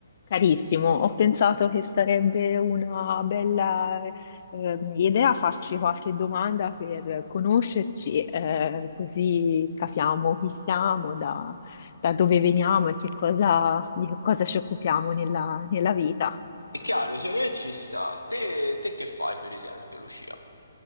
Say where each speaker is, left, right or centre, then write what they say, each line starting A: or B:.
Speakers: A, on the left; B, on the left.
A: Carissimo, ho pensato che sarebbe una bella eh, idea farci qualche domanda per conoscerci, eh, così capiamo chi siamo, da, da dove veniamo e che cosa, di che cosa ci occupiamo nella, nella vita.
B: È chiaro, secondo me ci sta. Te, te che fai, per esempio, Lucia?